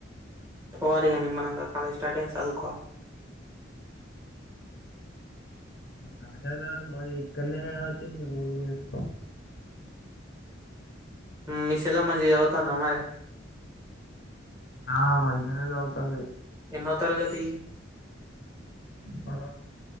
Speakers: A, on the right; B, on the left.
A: పోవాలి ఇగ నిమ్మనంగా కద స్టార్ట్ అయింది చదువుకోవాల
B: ఆ కళాశాల మాది ఇక్కన్నే ఉరు చెత్తమ్
A: మీషెలా మంచి అవుతన్నా మరి
B: ఆ మంచిగనే జవుతాంది
A: ఎన్నో తరగతి
B: ఆ